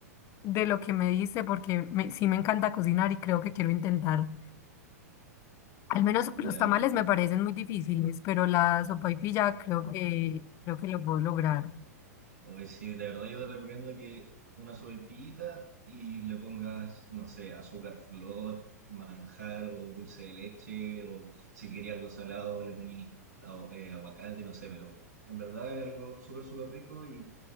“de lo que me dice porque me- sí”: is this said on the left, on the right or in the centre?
Left